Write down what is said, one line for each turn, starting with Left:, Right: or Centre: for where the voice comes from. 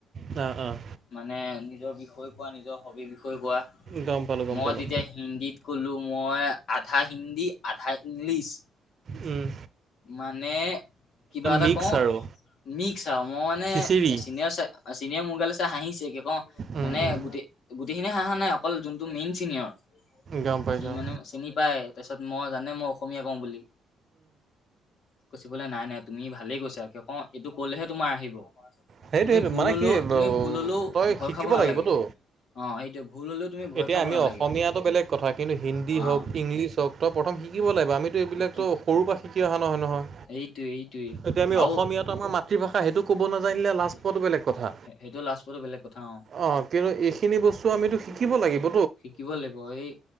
Right: অঁ অঁ
Left: মানে নিজৰ বিষয়ে কোৱা নিজৰ হবীৰ বিষয়ে কোৱা।
Right: গম পালোঁ গম
Left: মই
Right: পালোঁ
Left: তেতিয়া হিন্দীত ক'লো মই আধা হিন্দী আধা ইংলিছ।
Right: উম।
Left: মানে কিবা এটা
Right: মিক্স
Left: কওঁ
Right: আৰু
Left: মিক্স আৰু মই মানে
Right: খিচিৰি
Left: চিনিয় চিনিয় মুগাল হাঁহিছে কি ক
Right: উম,
Left: মানে
Right: উম,
Left: গোটেই গোটেইখিনিয়ে হাঁহা নাই অকল যোনটো মেইন চিনিয়ৰ।
Right: গম পাইছোঁ
Left: সি মানে চিনি পায়। তাৰ পিছত মই জানে মই অসমীয়া কওঁ বুলি। কৈছে বোলে নাই নাই তুমি ভালেই কৈছা। অ', এইটো ক'লেহে তোমাৰ আহিব।
Right: সেইটো
Left: তুমি
Right: সেইটো
Left: ভুল
Right: মানে
Left: হলেও
Right: কি
Left: তুমি ভুল হলেও
Right: তই
Left: ভয়
Right: শিকিব
Left: খাব নালাগে
Right: লাগিবতো।
Left: অ', সেইটোৱে ভুল হ'লেও তুমি ভয়
Right: এতিয়া
Left: খাব
Right: আমি
Left: নালাগে।
Right: অসমীয়াটো বেলেগ কথা কিন্তু হিন্দী
Left: অ
Right: হওঁক ইংলিছ হওঁক তই প্ৰথম শিকিব লাগিব। আমিতো এইবিলাকতো
Left: শিকি
Right: সৰুৰ পৰা শিকি অহা নহয়। নহয়
Left: এইটোৱে এইটোৱে
Right: এতিয়া আমি
Left: আৰু
Right: অসমীয়াটো আমাৰ মাতৃভাষা সেইটো ক'ব নাজানিলে লাজ
Left: সে-
Right: পোৱাতো বেলেগ কথা।
Left: সেইটো লাষ্টপতো বেলেগ কথা অ'।
Right: অঁ কিন্তু এইখিনি বস্তু আমিতো শিকিব লাগিব।
Left: শিকিব লাগিব এই